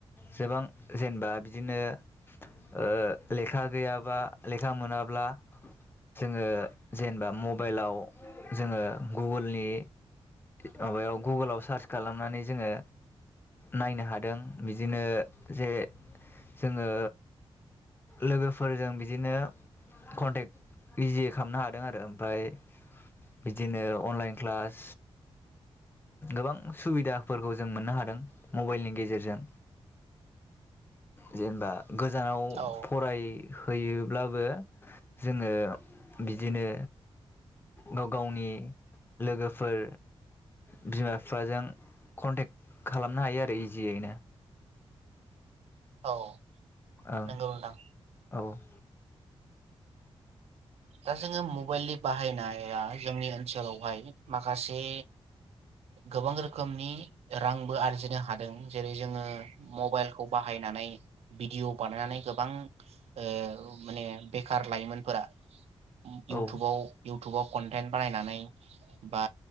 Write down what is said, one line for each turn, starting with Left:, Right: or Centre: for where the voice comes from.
Left: सेबां जेनेबा बिदिनो ओ लेखा गैयाबा, लेखा मोनाब्ला जोङो जेनेबा मबाइलाव जोङो गुगुलनि माबायाव गुगोलाव सार्च खालामनानै जोङो नायनो हादों, बिदिनो जे जोङो लोगोफोरजों बिदिनो कन्टेक्ट इजि खालामनो हादों आरो ओमफाय बिदिनो अनलाइन क्लास गोबां सुबिदा फोरखौ जों मोननो हादों मबेइलनि गेजेरजों जेनेबा गोजानाव
Right: औ
Left: फराय हैयोब्लाबो जोङो बिदिनो गाव गावनि लोगोफोर, बिमा-बिफाजों कन्टेक्ट खालामनो हायो आरो इजियैनो।
Right: औ
Left: ओं
Right: नोंगौ नोंथां
Left: औ
Right: दा जोङो मबेइलनि बाहायनाया जोंनि ओनसोलावहाय माखासे गोबां रोखोमनि रांबो आरजिनो हादों। जेरै जोङो मबेइलखौ बाहायनानै भिडिअ बानायनानै गोबां ओ माने बेखार लाइमोनफोरा इउटुबाव
Left: औ
Right: इउटुबाव कनटेन्ट बानायनानै बा